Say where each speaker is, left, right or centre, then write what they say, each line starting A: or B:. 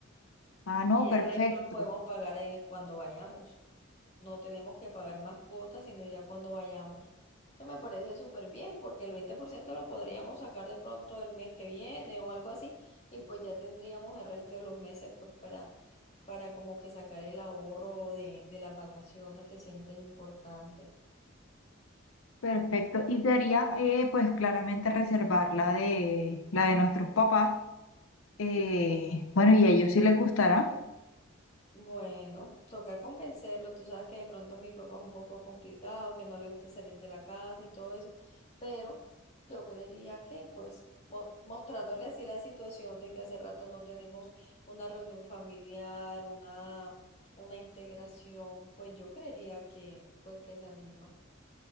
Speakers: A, on the left; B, on the left.
A: Ah, no,
B: Y el
A: perfecto.
B: resto lo podemos pagar eh, cuando vayamos. no tenemos que pagar más cuotas, sino ya cuando vayamos. Que me parece súper bien, porque el 20% lo podríamos sacar de pronto el mes que viene o algo así, y pues ya tendríamos el resto de los meses pues para, para como que sacar el ahorro de, de las vacaciones, que siempre es importante.
A: Perfecto. Y sería, eh, pues claramente reservar la de, la de nuestros papás. Eh, bueno, y a ellos sí les gustará.
B: Bueno, toca convencerlo. Tú sabes que de pronto mi papá es un poco complicado, que no le gusta salir de la casa y todo eso, pero yo creería que pues mo- mostrándole así la situación de que hace rato no tenemos una reunión familiar, una, una integración, pues yo creería que pues que se anima.